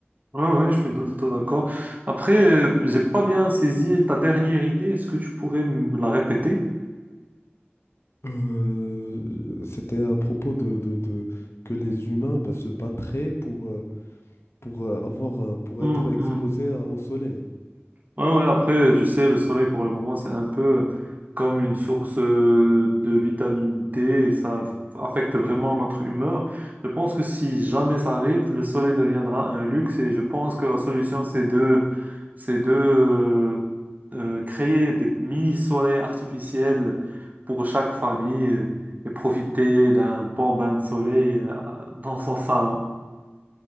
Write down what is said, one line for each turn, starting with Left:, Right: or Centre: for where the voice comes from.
Right: Ouais, ouais, je suis tout à fait d'accord. Après, euh, j'ai pas bien saisi ta dernière idée. Est-ce que tu pourrais me la répéter?
Left: Euh, euh, c'était à propos de, de- de- que les humains bah, se battraient pour, euh, pour, euh, avoir, euh, pour
Right: Hmm,
Left: être exposés
Right: hmm.
Left: à- au soleil.
Right: Ouais, ouais, après, tu sais, le soleil pour le moment, c'est un peu comme une source euh, de vitamine D et ça affecte vraiment notre humeur. Je pense que si jamais ça arrive, le soleil deviendra un luxe et je pense que la solution, c'est de, c'est de euh, euh, créer des mini-soleils artificiels pour chaque famille euh, et profiter d'un bon bain de soleil euh, dans son salon.